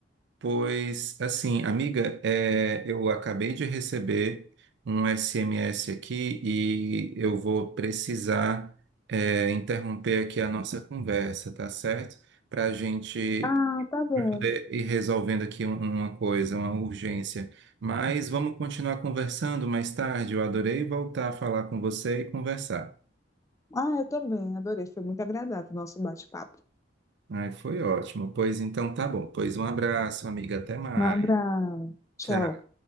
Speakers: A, on the right; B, on the left.
A: Pois, assim, amiga, é, eu acabei de receber um SMS aqui e eu vou precisar, é, interromper aqui a nossa conversa, tá certo? Para a gente
B: Ah, tá bom.
A: para poder ir resolvendo aqui um- uma coisa, uma urgência. Mas vamos continuar conversando mais tarde. Eu adorei voltar a falar com você e conversar.
B: Ah, eu também, adorei. Foi muito agradável o nosso bate-papo.
A: Ai, foi ótimo. Pois então tá bom. Pois um abraço, amiga. Até mais.
B: Um abraço. Tchau.
A: Tchau.